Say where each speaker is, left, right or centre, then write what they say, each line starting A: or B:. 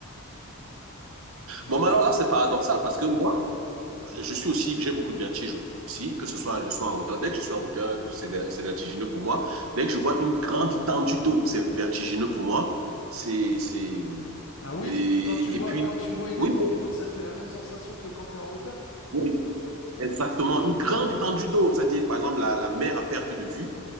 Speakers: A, on the left; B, on the right.
A: Je-
B: Bon, mais alors là, c'est paradoxal parce que moi, je suis aussi, j'ai beaucoup de vertige aussi, que ce soit, je sois en hauteur. Dès que je suis en hauteur, c'est ver- c'est vertigineux pour moi. Dès que je vois une grande étendue d'eau, c'est vertigineux pour moi. C'est, c'est,
A: Ah oui,
B: et,
A: quand tu vois
B: et puis,
A: quand tu vois une
B: oui,
A: étendue d'eau, ça te fait la même sensation que quand t'es en hauteur?
B: oui, exactement, une grande étendue d'eau, c'est-à-dire, par exemple, la, la mer à perte de vue.